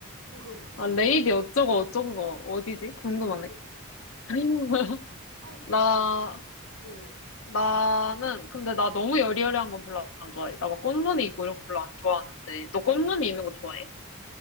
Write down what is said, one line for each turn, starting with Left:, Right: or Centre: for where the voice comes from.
Right: 너 그런 거 좋아해?
Left: 아, 레이디 어쩌고 어쩌고가 어디지?
Right: 아,
Left: 궁금하네. <laughs>
Right: 아, 뭐,
Left: 나,
Right: 어. 어.
Left: 나는, 근데 나 너무 여리여리한 건 별로 안 좋아해. 나 막 꽃무늬 있고 이런 거 별로 안 좋아하는데. 너 꽃무늬 있는 거 좋아해?